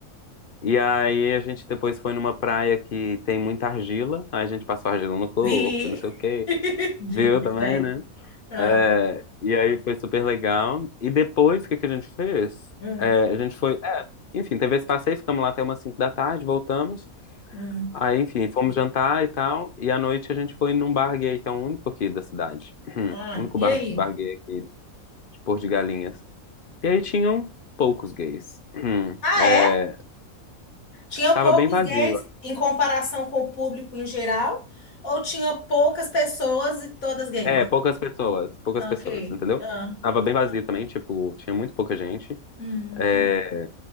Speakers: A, on the left; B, on the left.
A: E aí a gente depois foi numa praia que tem muita argila. Aí a gente passou argila no corpo,
B: Vi.
A: não sei o quê.
B: <laughs> Divos,
A: Viu também,
B: velho.
A: né?
B: Ah,
A: É, E aí foi super legal. E depois, o que que a gente fez?
B: hum,
A: É, a gente foi. É, Enfim, teve esse passeio, ficamos lá até umas 5 da tarde, voltamos.
B: hum.
A: Aí, enfim, fomos jantar e tal. E à noite a gente foi num bar gay, que é o único aqui da cidade. <clears throat>
B: Ah,
A: O único
B: e
A: bar,
B: aí?
A: bar gay aqui de Porto de Galinhas. E aí tinham poucos gays. <clears throat>
B: Ah,
A: É,
B: é? Tinha
A: tava
B: poucos
A: bem vazio.
B: gays em comparação com o público em geral? Ou tinha poucas pessoas e todas gays?
A: É, poucas pessoas. Poucas
B: Ok.
A: pessoas, entendeu?
B: Ah,
A: Tava bem vazio também, tipo, tinha muito pouca gente.
B: hum.
A: É,